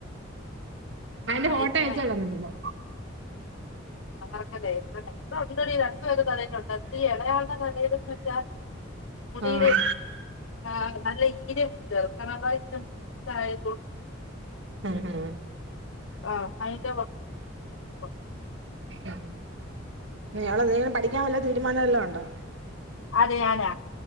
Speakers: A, on the right (about 65°); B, on the left (about 80°).
A: അതിന്റെ
B: നയിക്കണേ
A: ഫോട്ടോ അയ്ച്ചു തരാം നിനക്കു
B: ആ മറക്കല്ലേ ഉണ്ടെടി രണ്ടു പേര് തലയിയിലുമുണ്ട് അതില് ഈ ഇളയാളുടെ തലേലെന്ന് വെച്ചാൽ മുടിയിലെ
A: ആഹ്
B: ആഹ് നല്ല ഈരെർക്കണ <unintelligible> <unintelligible>
A: ഉം ഹം
B: ആഹ് അയിന്റ ഉ
A: ഉം നിളെ നീങ്ങള് പഠിക്കാൻ വല്ല തീരുമാനംവല്ലോം ഉണ്ടോ
B: ആര് ഞാനാ